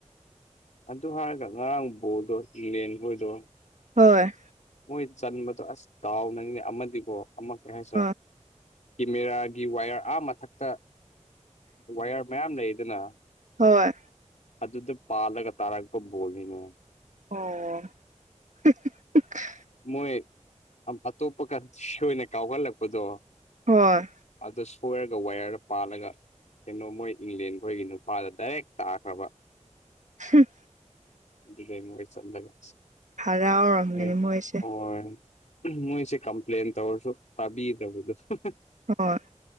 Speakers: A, on the left; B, on the right.
A: ꯑꯗꯨ ꯍꯥꯏꯔꯒ ꯉꯔꯥꯡ ꯕꯣꯜꯗꯣ ꯏꯪꯂꯦꯟ ꯍꯣꯏꯗꯣ
B: ꯍꯣꯏ
A: ꯃꯣꯏ ꯆꯥꯅꯤꯡꯕꯗꯣ ꯑꯁ ꯇꯥꯎꯅ ꯑꯃꯗꯤꯀꯣ ꯑꯃ ꯀꯩ ꯍꯥꯏꯁꯦ
B: ꯍꯣꯏ
A: ꯀꯦꯃꯦꯔꯥꯒꯤ ꯋꯥꯌꯔ ꯑꯥ ꯃꯊꯛꯇ ꯋꯥꯌꯔ ꯃꯌꯥꯝ ꯂꯩꯗꯅ
B: ꯍꯣꯏ
A: ꯑꯗꯨꯗ ꯄꯥꯜꯂꯒ ꯇꯥꯔꯒ ꯕꯣꯜꯅꯤꯅꯦ
B: ꯑꯣ <unintelligible>
A: ꯃꯣꯏ ꯑꯇꯣꯞꯄ ꯀꯟꯇ꯭ꯔꯤ ꯑꯣꯏꯅ ꯀꯥꯎꯒꯠꯂꯛꯄꯗꯣ
B: ꯍꯣꯏ
A: ꯑꯗꯨꯗ ꯁꯣꯏꯔꯒ ꯋꯥꯌꯔꯗ ꯄꯥꯜꯂꯒ ꯀꯩꯅꯣ ꯃꯣꯏ ꯏꯪꯂꯦꯟ ꯈꯣꯏꯒꯤ ꯅꯨꯄꯥꯗ ꯗꯥꯏꯔꯦꯛ ꯇꯥꯛꯈ꯭ꯔꯕ
B: <unintelligible>
A: ꯑꯗꯨꯗ ꯆꯠꯂꯒ
B: ꯍꯔꯥꯎꯔꯝꯒꯅꯤ
A: <unintelligible>
B: ꯃꯣꯏꯁꯦ
A: ꯍꯣꯏ ꯃꯣꯏꯁꯦ ꯀꯝꯄ꯭ꯂꯦꯟ ꯇꯧꯔꯁꯨ ꯇꯥꯕꯤꯗꯕꯗꯣ <unintelligible>
B: ꯍꯣꯏ